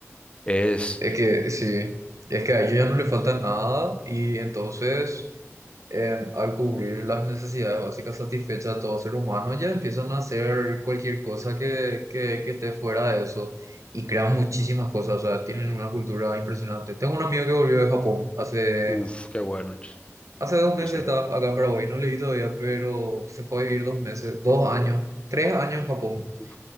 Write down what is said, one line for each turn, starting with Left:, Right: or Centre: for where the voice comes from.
Left: Es,
Right: Es que, sí. Es que a ellos ya no le falta nada y entonces eh, al cubrir las necesidades básicas satisfechas de todo ser humano ya empiezan a hacer cualquier cosa que, que, que esté fuera de eso y crean muchísimas cosas. O sea, tienen una cultura impresionante. Tengo un amigo que volvió de Japón hace
Left: uff, qué bueno, ch-
Right: Hace dos
Left: impresionante.
Right: meses estaba acá en Paraguay, no leí todavía, pero se fue a vivir dos meses, dos años, tres años en Japón.
Left: Uf.